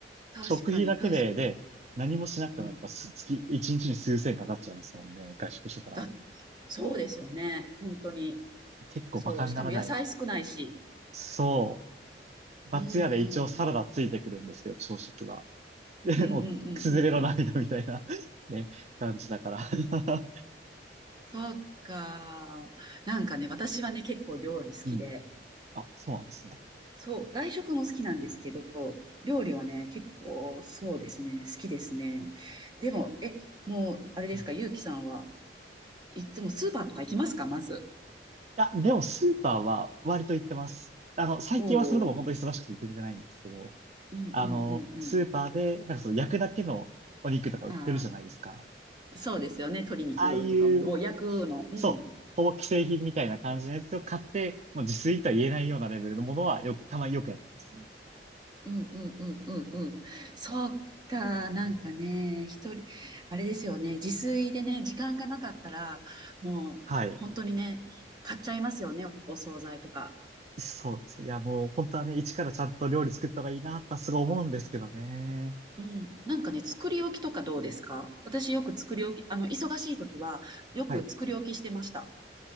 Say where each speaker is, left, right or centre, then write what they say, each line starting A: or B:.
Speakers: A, on the right (about 25°); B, on the right (about 40°).
A: 確かに、
B: 食費だけで、
A: 確かに。
B: で、何もしなくてもやっぱす月、
A: うん。
B: 一日に数千かかっちゃいますもんね。外食してたら。
A: だ、そうですよね。本当に。
B: 結構バカにならないな。
A: そう。しかも野菜少ないし。
B: そう。松屋で一応サラダついてくるんですけど、
A: うんうんうん。
B: 朝食は。で、
A: うんうんうんうんうん。
B: もう、くすずれの涙みたいな <laughs> ね、感じだから
A: そうか。なんかね、私はね、結構料理好きで、
B: <laughs> うん。あ、そうなんですね。
A: そう、外食も好きなんですけど、料理はね、結構そうですね、好きですね。でも、え、もう、あれですか、
B: うん。
A: ゆうきさんはいつもスーパーとか行きますか、まず。
B: あ、でもスーパーは割と行ってます。あの、最近はそれでも本当に忙しくて行けてないんですけど、
A: おお。うんうんうんう
B: あの、スーパーで、なんかその焼くだけのお肉とか売ってるじゃないですか。
A: ん。ああ、そうですよね、鶏肉とかも、
B: ああいう、
A: もう焼くの。うん。
B: そう、ほぼ既製品みたいな感じのやつを買って、もう自炊とは言えないようなレベルのものはよく、たまによくやってますね。
A: うんうんうんうんうん。そうか、なんかね、一人、あれですよね、自炊でね、時間がなかったら、もう本当にね、
B: はい。
A: 買っちゃいますよね、お惣菜とか。
B: そうです。いや、もう本当はね、一からちゃんと料理作った方がいいなってすごい思うんですけどね。
A: うん。なんかね、作り置きとかどうですか私よく作り置き、あの、忙しい時はよく作り置きしてました。
B: はい。